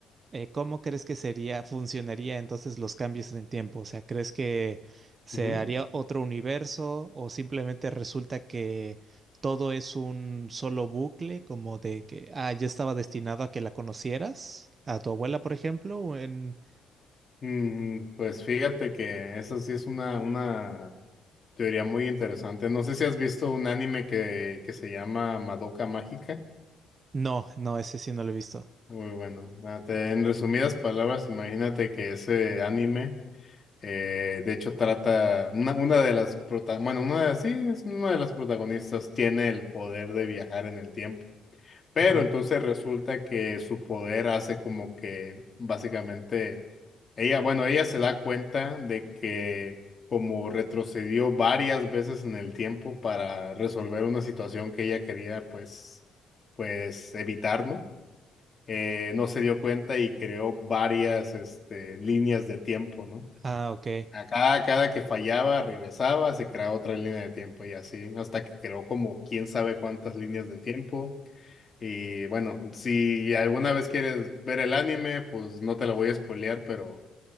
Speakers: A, on the right; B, on the left.
A: eh, ¿cómo crees que sería, funcionaría entonces los cambios en el tiempo? O sea, ¿crees que se
B: ujú.
A: haría otro universo o simplemente resulta que todo es un solo bucle, como de que, ah, yo estaba destinado a que la conocieras, a tu abuela, por ejemplo, o en...
B: Mm, pues fíjate que esa sí es una, una teoría muy interesante. No sé si has visto un anime que, que se llama Madoka Mágica.
A: No, no, ese sí no lo he visto.
B: Muy bueno. Ah, te- En resumidas palabras, imagínate que ese anime, eh, de hecho, trata una, una de las prota- bueno, una de las, sí, es una de las protagonistas tiene el poder de viajar en el tiempo. Pero
A: Ajá.
B: entonces resulta que su poder hace como que básicamente ella, bueno, ella se da cuenta de que como retrocedió varias veces en el tiempo para resolver una situación que ella quería pues pues evitar, ¿no? Eh, no se dio cuenta y creó varias este líneas de tiempo, ¿no?
A: Ah, ok.
B: Acá, cada que fallaba, regresaba, se creaba otra línea de tiempo y así, hasta que creó como quién sabe cuántas líneas de tiempo. Y bueno, si alguna vez quieres ver el anime, pues no te lo voy a spoilear, pero